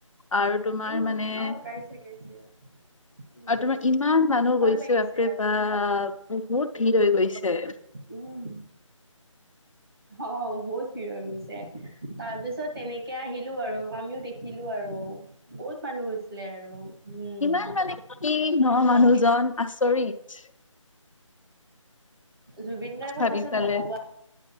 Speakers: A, on the left; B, on the right.
A: আৰু তোমাৰ
B: উম
A: মানে
B: আহ গাইছে গাইছে। উম
A: আৰু তোমাৰ ইমান মানুহ
B: ভাল
A: গৈছে
B: লাগিছে
A: বাপেৰে
B: আৰু
A: বাপ বহুত ভিৰ হৈ গৈছে।
B: উম। অ বহুত ভিৰ হৈ গৈছে তাৰপিছত তেনেকে আহিলো আৰু আমিও দেখিলো আৰু বহুত মানুহ হৈছিলে আৰু উম
A: ইমান মানে কি ন মানুহজন
B: তাকে
A: আচৰিত
B: জুবিন দাৰ কথাটো
A: ভাবি চালে।
B: নকবা